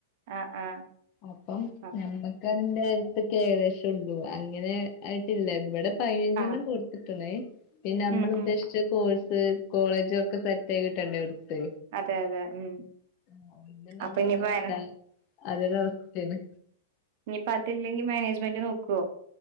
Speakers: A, on the right; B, on the left.
A: ആഹ് ആഹ്
B: അപ്പം
A: ആഹ്
B: നമ്മക്കതിന്റെ അടുത്ത് ഏകദേശൊള്ളൂ അങ്ങനെ ആയിട്ടില്ല ഇവിടെ പതിനഞ്ചെണ്ണം
A: ആഹ്
B: കൊടുത്ത്ട്ട്ണ് പിന്നെ നമ്മളുദ്ദേശിച്ച
A: ഉം ഉം
B: കോഴ്സ്, കോളേജും ഒക്കെ സെറ്റായി കിട്ടണ്ടെ എട്ത്ത്
A: അതെ അതെ ഉം
B: ആഹ് ഒന്ന് ഇണ്ടാവുമ്പോ
A: അപ്പൊ ഇനിയിപ്പോ
B: ഒന്ന് ഇണ്ടാവൂല്ല
A: മാനേ
B: അതൊരു അവസ്ഥേണ്
A: ഇഞ്ഞ്പ്പൊ അതില്ലെങ്കി മാനേജ്മെന്റ് നോക്കുവോ?